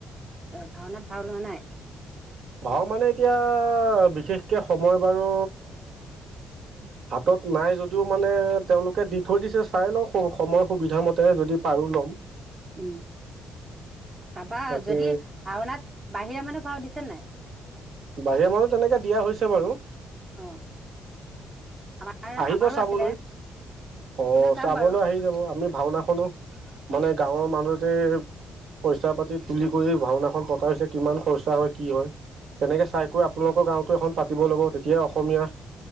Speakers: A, on the right; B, on the right.
A: অঁ ভাওনাত ভাওঁ লোৱা নাই?
B: ভাওঁ মানে এতিয়া, বিশেষকে সময় বাৰু হাতত নাই যদিও মানে তেওঁলোকে দি থৈ দিছে, চাই লওঁ সময় সুবিধা মতে যদি পাৰো লম।
A: উম। চাবা
B: তাকে
A: যদি, ভাওঁনাত বাহিৰা মানুহ ভাওঁ দিছে না নাই?
B: বাহিৰা মানুহ তেনেকে দিয়া হৈছে বাৰু।
A: অ আমাৰ
B: আহিব
A: আমাৰো
B: চাবলৈ।
A: আছিলে
B: অঁ,
A: যাম
B: চাবলৈ
A: বাৰু
B: আহি যাব আমি ভাওঁনাখনো মানে গাঁৱৰ মানুহতে, পইচা পাতি তুলি কৰি ভাওঁনাখন পতা হৈছে কিমান খৰচা হয় কি হয়। তেনেকে চাইকৈ আপোনালোকৰ গাঁওতো এখন পাতিব লাগিব, তেতিয়া অসমীয়া